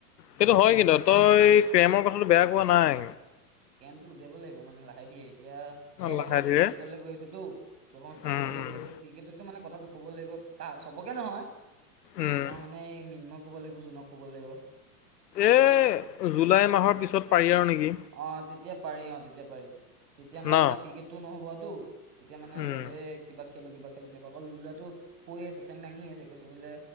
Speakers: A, on the left (about 85°); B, on the right (about 85°).
A: সেইটো হয় কিন্তু তই কেমৰ কথাটো বেয়া কোৱা নাই।
B: কেমটো উলিয়াব লাগিব মানে লাহে ধীৰে। এতিয়া চব
A: লাহে
B: আকৌ এতিয়া
A: ধীৰে
B: ক্ৰিকেটলৈ গৈ আছেটো কি হ' ক্ৰিকেটলৈ
A: উম, উম,
B: গৈ আছে ক্ৰিকেটতো মানে কথাটো ক'ব লাগিব কা চবকে নহয়
A: উম,
B: তোমাৰ মানে এই মৃন্ময় ক'ব লাগিব, জনক ক'ব লাগিব।
A: এ জুলাই মাহৰ পিছত পাৰি আৰু নেকি
B: অ', তেতিয়া পাৰি অ', তেতিয়া পাৰি তেতিয়া মানে
A: ন?
B: তোমাৰ ক্ৰিকেটটো নহ'বতো। তেতিয়া মানে
A: উম,
B: সবে কিবা খেলোঁ কিবা খেলোতে আকৌ ল'ৰাটো কৈ আছে ঠেং দাঙি আছে কৈছে বোলে